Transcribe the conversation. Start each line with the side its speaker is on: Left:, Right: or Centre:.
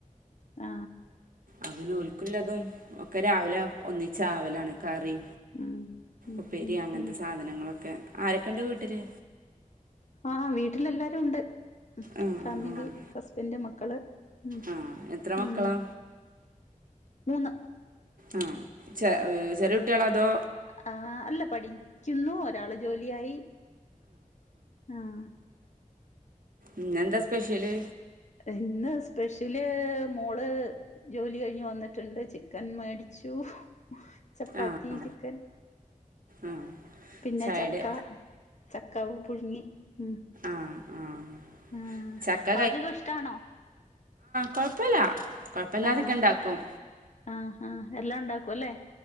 Left: ആ
Right: അവന ഒൽക്കുള്ളതും ഒക്കെ രാവിലെ ഒന്നിച്ചാവലണ് കറി
Left: ഉം ഉം
Right: ഉപ്പേരി
Left: ഉം
Right: അങ്ങനത്തെ
Left: ഉം
Right: സാധനങ്ങളൊക്കെ ആരൊക്കെ ഉണ്ട് വീട്ടില്
Left: ആ വീട്ടിലെല്ലാരും ഉണ്ട്
Right: ആഹ്
Left: ഫാമിലി
Right: ആഹ്
Left: ഹസ്ബന്റ് മക്കള് ഉം
Right: ആഹ് എത്ര മക്കളാ
Left: ഉം മൂന്ന്
Right: ആഹ് ചെ ചെറിയുട്ട്യാളാതോ
Left: ആ അല്ല പഠിക്കുന്നു ഒരാള് ജോലിയായി ആഹ്
Right: ഉം എന്താ സ്പെഷ്യല്
Left: ഇന്ന് സ്പെഷ്യല് മോള് ജോലി കഴിഞ്ഞ് വന്നിട്ടുണ്ട് ചിക്കൻ മേടിച്ചു ച്ചു ചപ്പാത്തി
Right: ആഹ്
Left: ചിക്കൻ
Right: ആഹ്
Left: പിന്നെ
Right: ചായയുടെ
Left: ചക്ക ചക്ക പുഴുങ്ങി ഉം
Right: ആഹ് ആഹ്
Left: ഉം ആ
Right: ചക്ക
Left: പാചകം ഇഷ്ടാണോ
Right: കൊഴപ്പില്ല കൊഴപ്പില്ലാതൊക്കെണ്ടാക്കും
Left: ആഹ് ആഹ് ആഹ് എല്ലാം ഉണ്ടാക്കും അല്ലേ